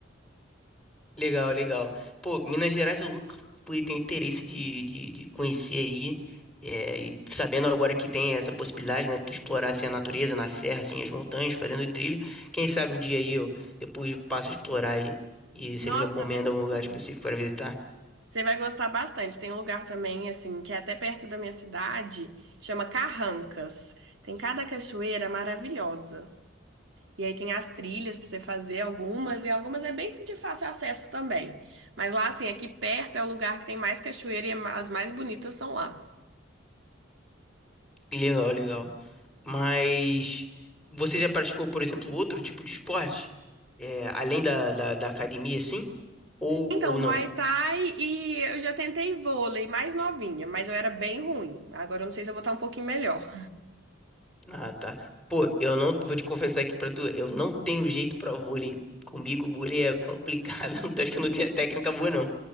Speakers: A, in the centre; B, on the right.
A: Legal, legal. Pô, Minas Gerais eu nunca fui, tenho interesse de, de, de conhecer aí. É, e sabendo agora que tem essa possibilidade, né? De tu explorar assim, a natureza, na serra, assim, as montanhas, fazendo trilha. Quem sabe um dia aí eu depois passo a explorar aí e você
B: Nossa,
A: me recomenda
B: vem sim.
A: algum lugar específico para visitar.
B: Você vai gostar bastante. Tem um lugar também, assim, que é até perto da minha cidade, chama Carrancas. Tem cada cachoeira maravilhosa. E aí tem as trilhas pra você fazer algumas, e algumas é bem de fácil acesso também. Mas lá, assim, aqui perto é o lugar que tem mais cachoeira e é ma- as mais bonitas são lá.
A: Legal, legal. Mas você já praticou, por exemplo, outro tipo de esporte? É, além da, da, da academia, sim? Ou,
B: Então,
A: ou não?
B: Muay Thai e eu já tentei vôlei mais novinha, mas eu era bem ruim. Agora eu não sei se eu vou estar um pouquinho melhor.
A: Ah, tá. Pô, eu não vou te confessar aqui pra tu, eu não tenho jeito pra vôlei. Comigo, vôlei é complicado. <laughs> Então acho que eu não tenho a técnica boa, não.